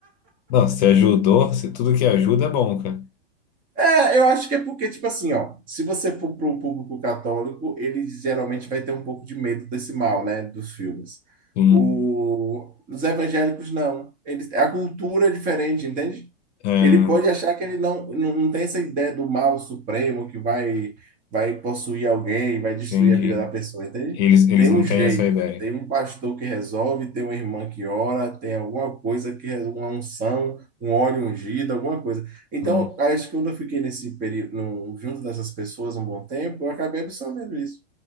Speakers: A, on the left; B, on the right.
A: não, se ajudou, se tudo que ajuda é bom, cara.
B: É, eu acho que é porque, tipo assim, ó, se você for para o público católico, ele geralmente vai ter um pouco de medo desse mal, né, dos filmes.
A: Sim,
B: O, os evangélicos não. Eles, a cultura é diferente, entende?
A: ah,
B: Ele pode achar que ele não, não, não tem essa ideia do mal supremo que vai, vai possuir alguém, vai destruir
A: entendi.
B: a vida da pessoa, entende?
A: Eles, eles
B: Tem um
A: não
B: jeito,
A: têm essa ideia.
B: tem um pastor que resolve, tem uma irmã que ora, tem alguma coisa que é uma unção, um óleo ungido, alguma coisa. Então,
A: Hum,
B: acho que quando eu fiquei nesse período, no- junto dessas pessoas um bom tempo, eu acabei absorvendo isso.